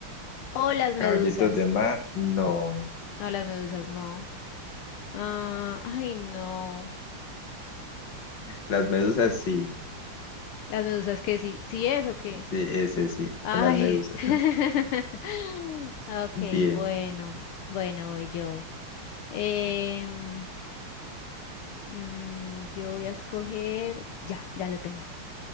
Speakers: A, on the left (about 80°); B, on the left (about 55°).
A: O las
B: Caballitos
A: medusas.
B: de mar, no.
A: No, las medusas no. Ah, ay, no.
B: Las
A: Eh,
B: medusas, sí.
A: las medusas que sí, sí es o qué.
B: Sí, ese sí,
A: Ay.
B: con las medusas.
A: <laughs> Okay,
B: Bien,
A: bueno, bueno, voy yo. Em,
B: listo.
A: mm, yo voy a escoger. Ya, ya lo tengo.